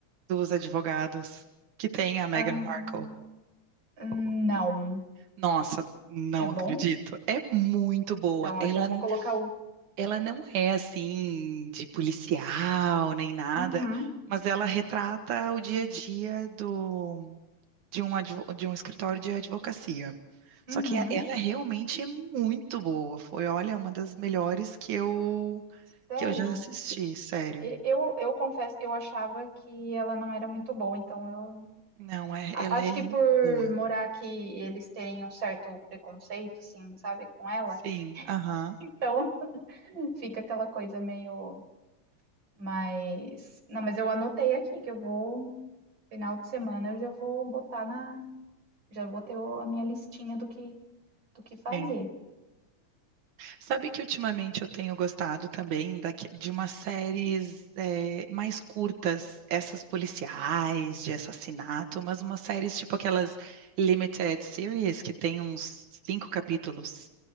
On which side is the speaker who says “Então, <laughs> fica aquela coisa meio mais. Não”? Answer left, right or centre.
Right